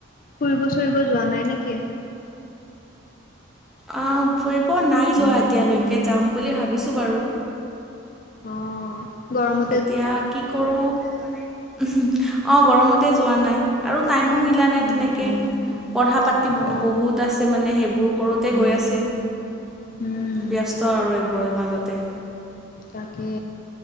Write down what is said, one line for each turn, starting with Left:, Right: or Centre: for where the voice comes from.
Left: ফুৰিব চুৰিব যোৱা নাই নেকি।
Centre: অ ফুৰিব নাই যোৱা এতিয়ালৈকে যাম বুলি ভাবিছোঁ বাৰু
Left: অ গৰম
Centre: এতিয়া কি কৰো। অ গৰমতে যোৱা নাই আৰু টাইমো মিলা নাই
Left: উম
Centre: তেনেকে। পঢ়া পাতি
Left: অ
Centre: বহুত আছে মানে সেইবোৰ কৰোঁতে গৈ আছে।
Left: উম
Centre: ব্যস্ত আৰু এইবোৰৰ মাজতে।
Left: তাকে